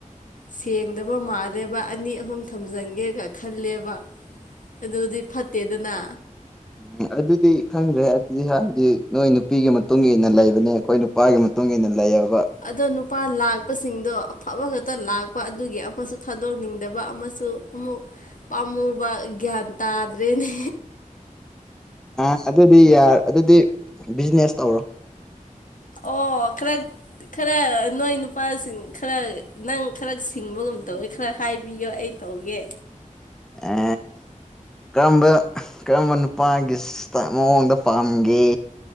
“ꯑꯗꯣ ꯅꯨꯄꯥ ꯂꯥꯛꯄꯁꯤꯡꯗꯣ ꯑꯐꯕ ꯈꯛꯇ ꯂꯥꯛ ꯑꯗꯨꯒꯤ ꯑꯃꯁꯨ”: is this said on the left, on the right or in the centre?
Left